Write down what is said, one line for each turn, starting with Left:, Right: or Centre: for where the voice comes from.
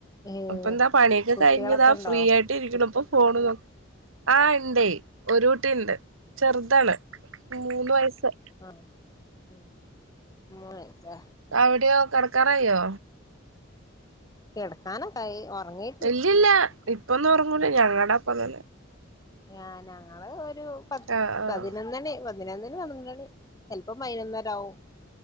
Left: ഏ
Right: ഇപ്പ എന്താ പണിയൊക്കെ
Left: കുട്ടികളൊക്കെ
Right: കഴിഞ്ഞതാ
Left: ഉണ്ടോ
Right: ഫ്രീ ആയിട്ട് ഇരിക്കണപ്പൊ ഫോണു നോ ആഹ് ഇണ്ടേ ഒരു കുട്ടിയുണ്ടെ ചെറുതാണ് മൂന്ന് വയസ്സെ
Left: ആഹ് ഉം മോളേച്ചാ
Right: അവിടെയോ കെടക്കാറായോ
Left: കെടക്കാനൊക്കായി ഒറങ്ങി
Right: ഇല്ലില്ല ഇപ്പൊന്നും ഉറങ്ങൂല ഞങ്ങടൊപ്പം തന്നെ
Left: ആഹ് ഞാങ്ങളെ ഒരു പത്ത്
Right: ആഹ് ആഹ്
Left: പതിനൊന്നണി എങ്ങനാന്നേലും പതിനൊന്നണി സ്വല്പം വൈകുന്നേരാവും